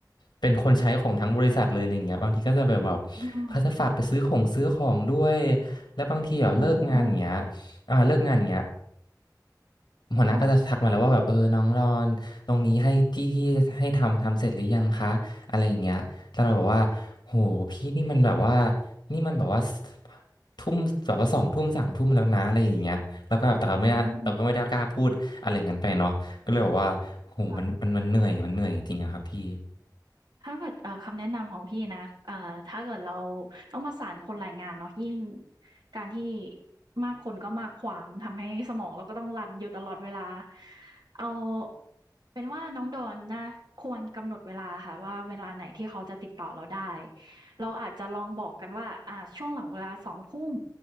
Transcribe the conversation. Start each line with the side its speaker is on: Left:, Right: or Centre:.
Left: เป็นคนใช้ของทั้งบริษัทเลยอะไรอย่างเงี้ยบางทีก็จะแบบแบบ
Right: อืม
Left: เขาจะฝากไปซื้อของซื้อของด้วยและบางทีแบบเลิกงานอย่างเงี้ย
Right: โอ้โฮ
Left: อ่าเลิกงานอย่างเงี้ย หัวหน้าก็จะทักมาแล้วว่าแบบเออน้องรอนตรงนี้ให้ที่ที่ให้ทำทำเสร็จหรือยังคะอะไรอย่างเงี้ยแล้วเราบอกว่าโหพี่นี่มันแบบว่า
Right: ค่ะ
Left: นี่มันแบบว่าทุ่มแบบว่าสองทุ่มสามทุ่มแล้วนะอะไรอย่างเงี้ยแล้วก็แบบแต่เราไม่ได้เราก็ไม่ได้กล้าพูดอะไรอย่างนั้นไปเนาะก็เลยบอกว่าโหมันมันมันเหนื่อยมันเหนื่อยจริงๆอะครับพี่
Right: อืมค่ะ ถ้าเกิดเอ่อคำแนะนำของพี่นะเอ่อถ้าเกิดเราต้องประสานคนหลายงานเนาะยิ่งการที่มากคนก็มากความทำให้สมองเราก็ต้องรันอยู่ตลอดเวลาเอาเป็นว่าน้องดอนนะควรกำหนดเวลาค่ะว่าเวลาไหนที่เขาจะติดต่อเราได้เราอาจจะลองบอกกันว่าอ่าช่วงหลังเวลาสองทุ่ม